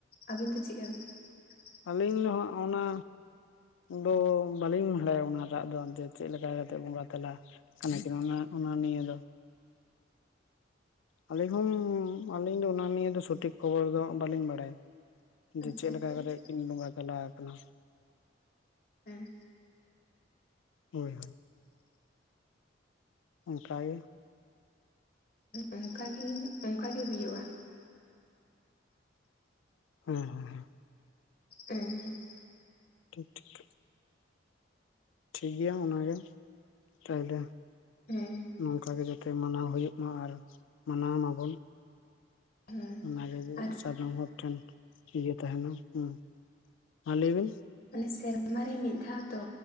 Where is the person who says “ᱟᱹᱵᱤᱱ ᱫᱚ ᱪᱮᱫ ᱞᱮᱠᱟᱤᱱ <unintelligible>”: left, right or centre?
Left